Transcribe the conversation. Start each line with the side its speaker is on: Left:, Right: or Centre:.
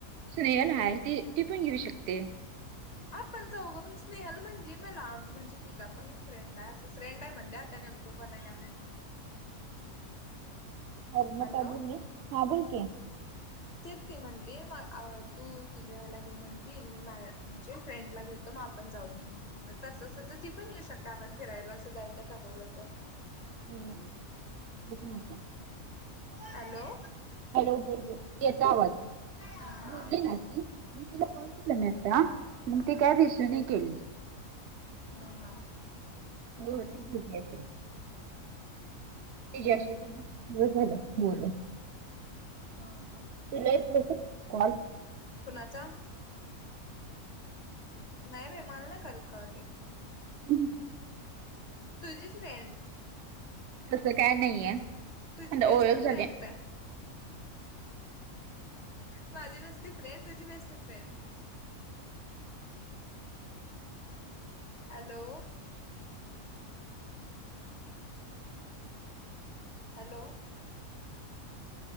Right: स्नेहल हा ते त पण घेऊ शकते.
Left: पण जाऊघं पण स्नेहल म्हणली मला म्हणजे तिचा पण फ्रेंड आहे. फ्रेंड आहे म्हणले आता नेमकं कोण आहे काय नाही.
Right: अर मका
Left: हॅलो
Right: बोलली हा बोलकी
Left: तेच ती म्हणली तू तुझ्याला घे म्हणली मी मा म्हणजे फ्रेंडला घेतो मा पण जाऊया तस तर ती पण येऊ शकता आपण फिरायला असं जायचं ठरवलं तर-
Right: हो तेच ना.
Left: हॅलो.
Right: हॅलो बोल बोल येत आवाज
Left: हा.
Right: बोलली नाी मग तिला कॉल केला ना आता मग ती काय रिसीव्ह केली.
Left: ह हा.
Right: होट भक. त्याच्याशी झालं बोलण.
Left: हा हा.
Right: तिला यात नहीं का कॉल?
Left: कुणाचा? नाही बेई माल नाही करत काव ते
Right: हम्.
Left: तुझी फ्रेंड
Right: तसं काय नाहीये.
Left: तुझी
Right: आणि
Left: बेस्ट
Right: ओळख झाली
Left: फ्रेंड माझी नुसती फ्रेंड तुझी best friend hello hello